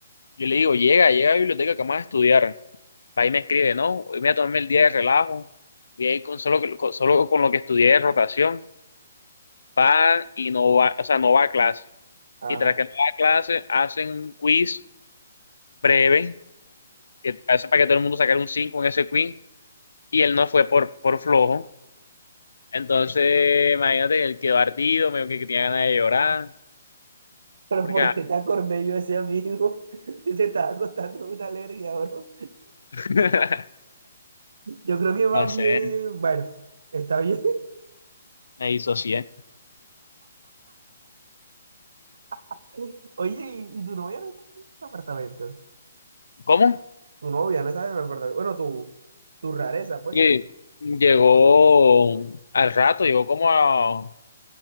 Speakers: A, on the left (about 80°); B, on the right (about 70°).
A: Yo le digo, llega, llega a la biblioteca que vamos a estudiar. Ahí me escribe, no, hoy me voy a tomarme el día de relajo, voy a ir con solo, con, solo con lo que estudié de rotación, pan y no va, o sea, no va a clase.
B: Ajá.
A: Y tras que no va a clase, hacen un quiz breve, que hace para que todo el mundo sacara un 5 en ese quiz, y él no fue por, por flojo. Entonces, imagínate, él quedó ardido, medio que, que tenía ganas de llorar,
B: Pero
A: porque,
B: ¿por
A: ah,
B: qué te acordé yo de ese amigo? <laughs> Te estaba contando una alergia, bro.
A: <laughs>
B: Yo creo que va
A: no sé,
B: bien, bueno, está bien.
A: me disocié.
B: <laughs> Oye, ¿y, y tu novia no está en el apartamento?
A: ¿Cómo?
B: Tu novia no estaba en el apartamento. Bueno, tu, tu rareza, pues.
A: Sí, llegó al rato, llegó como a,